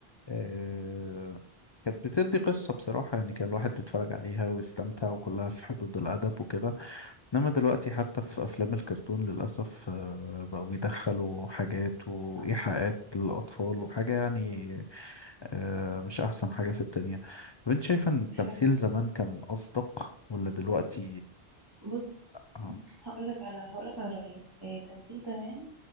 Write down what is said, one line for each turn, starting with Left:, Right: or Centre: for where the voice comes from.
Left: آه، كانت بتدي قصه بصراحه يعني كان الواحد بيتفرج عليها ويستمتع وكلها في حدود الادب وكده انما دلوقتي حتى في افلام الكرتون للاسف آه، بقوا بيدخلوا حاجات وايحاءات
Right: صح
Left: للاطفال وحاجه يعني آه، مش احسن حاجه في الدنيا طب انت شايفه ان التمثيل
Right: فعلا
Left: زمان كان اصدق ولا دلوقتي
Right: بص
Left: اه
Right: هقولك على هقولك على رأيي آه تمثيل زمان